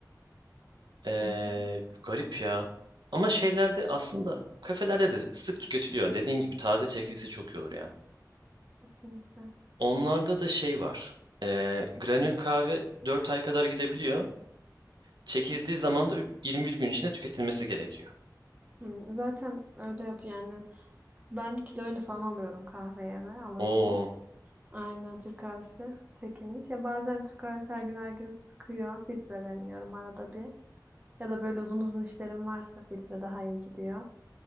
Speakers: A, on the right (about 85°); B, on the right (about 20°).
A: Ee,
B: Hı hı.
A: garip ya. Ama şeylerde aslında kafelerde de sık tüketiliyor. Dediğin gibi taze çekilse çok iyi olur ya.
B: Kesinlikle.
A: Onlarda da şey var. Ee, granül kahve 4 ay kadar gidebiliyor. Çekildiği zaman da üç- 21 gün içinde tüketilmesi gerekiyor.
B: Hı, zaten öyle yap yani Ben kiloyla falan alıyorum kahveyeme alırken.
A: Oo.
B: Aynen Türk kahvesi çekilmiş. Ya bazen Türk kahvesi her gün her gün sıkıyor. Filtre deniyorum arada bir. Ya da böyle uzun uzun işlerim varsa filtre daha iyi gidiyor.